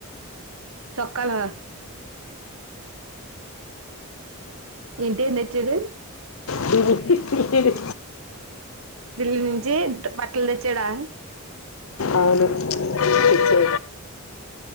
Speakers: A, on the right (about 65°); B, on the left (about 70°).
A: తొక్కాల ఏంటి ఏం తెచ్చాడు
B: తెచ్చిండు
A: ఢిల్లీ నుంచి బట్టలు తెచ్చాడా
B: అవును తెచ్చే